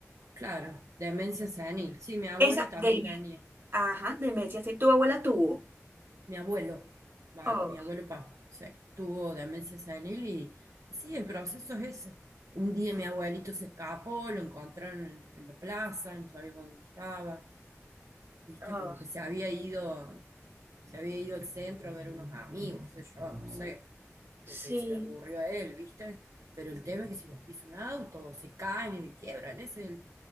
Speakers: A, on the right; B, on the right.
A: Claro, demencia senil. Sí, mi abuelo
B: Esa
A: también
B: de demencia.
A: tenía.
B: Ajá, demencia, sí, tu abuela tuvo.
A: Mi abuelo, va,
B: Oh,
A: mi abuelo pa, sí, tuvo demencia senil y, y sí, el proceso es ese. Un día mi abuelito se escapó, lo encontraron en, en la plaza, no sabíamos dónde estaba, viste,
B: oh,
A: como que se había ido, se había ido al centro a ver unos amigos, qué sé yo, no sé,
B: sí,
A: lo que se le ocurrió a él, viste, pero el tema es que si los pisa un auto, se caen y se quiebran, ese es el,